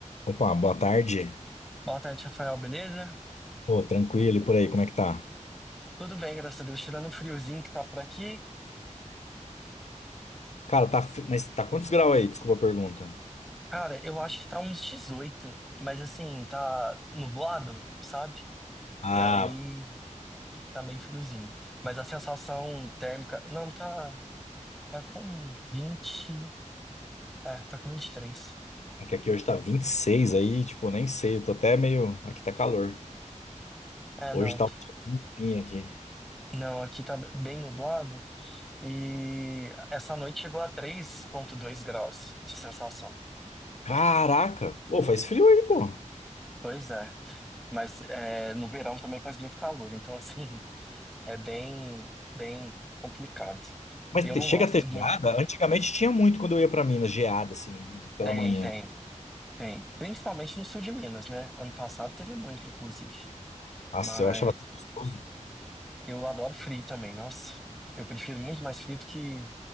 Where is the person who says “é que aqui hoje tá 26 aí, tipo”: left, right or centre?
Left